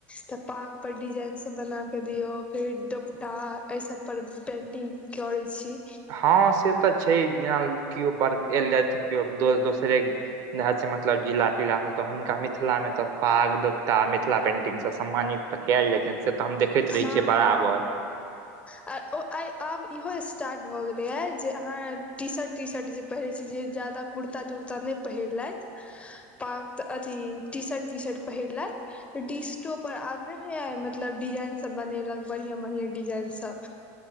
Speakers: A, on the left (about 15°); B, on the right (about 50°).
A: तऽ पाग पर डिजाईन सब बना क दियौ फेर दोपटा एहि सब पर पेंटिंग करै छी
B: हँ से तऽ छै जेना केओ बड़ एलैथ केओ दोस्त दोसरे न छै मतलब जिला तिला से त हुनका मिथिलां तऽ पाग दोपता मिथिला पेंटिंग से सम्मानित तऽ कयल जाइ छैन से तऽ हम देखैत रहै
A: हँ
B: छियै बराबर
A: हँ आ आइ आब इहो स्टार्ट भऽ गेलैए जे अहाँ टी शर्ट टी शर्ट जे पहिरैत छी जे ज्यादा कुर्ता तुड़ता नहि पहिरलयथ
B: <inaudible>
A: त <unintelligible> अथी टीशर्ट तीशर्ट पहिरलैत से टीशर्टो पर आब नैहोया मतलब डिजाइन सब बनेलक बढ़िऑं बढ़िआं डिजाइन सब